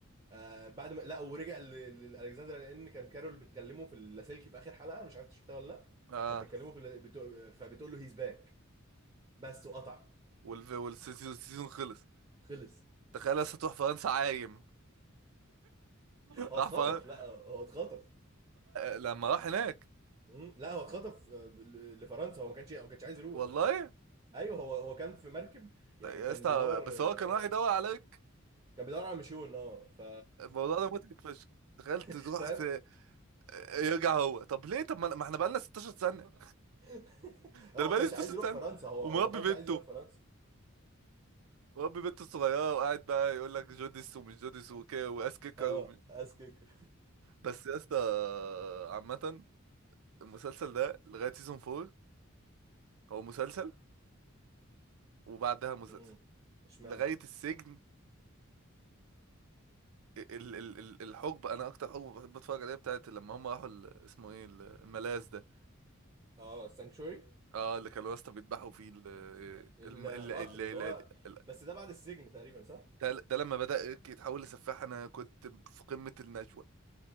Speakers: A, on the right (about 25°); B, on the right (about 75°).
A: آه بعد ما لا ورجع ل- لالكسندر لان كان كارول بتكلمه في اللاسلكي في اخر حلقة انا مش عارف إنت شفتها ولا لا
B: اه
A: كان بيتكلمه في ال... بتو... فبتقول له هيز باك بس وقطع
B: والف... والسيزون السيزون خلص
A: خلص
B: تخيل لسه تروح فرنسا عايم <laughs>
A: هو
B: راح
A: اتخطف
B: فرنسا
A: لا هو اتخطف
B: لما راح هناك
A: مم. لا هو اتخطف آه، ل- لفرنسا هو ما كانش ما كانش عايز يروح
B: والله
A: ايوه هو هو كان في مركب يعني
B: يا
A: كان
B: اسطى
A: بيدور
B: بس هو
A: آه،
B: كان راح يدور عليك
A: كان بيدور على مشون اه ف
B: الموضوع ده مضحك فشخ تخيل تروح
A: فاهم
B: في... يرجع هو طب ليه طب ما ما احنا بقالنا 16 سنة
A: <laughs>
B: ده
A: هو
B: انا بقالي
A: ما كانش
B: 16
A: عايز يروح
B: سنة
A: فرنسا هو
B: ومربي
A: هو ما كانش
B: بنته
A: عايز يروح فرنسا
B: مربي بنته الصغيرة وقاعد بقى يقول لك جوديس ومش جوديس وكده واس كيكر
A: اه
B: ومش...
A: اسكيكر
B: بس يا اسطى عامة المسلسل ده لغاية سيزون 4 هو مسلسل وبعدها مسلسل
A: امم اشمعنى
B: لغاية السجن ال ال ال الحقبة أنا أكتر حقبة بحب أتفرج عليها بتاعت لما هم راحوا ال- اسمه إيه ال- الملاذ ده
A: اه سانكشوري
B: أه اللي كانوا واسطة بيذبحوا فيه ال
A: القطر
B: الم- ال ال ال
A: اللي هو
B: ال-
A: بس ده بعد السجن تقريبا صح
B: ده ده لما بدأ إيريك يتحول لسفاح أنا كنت في قمة النشوة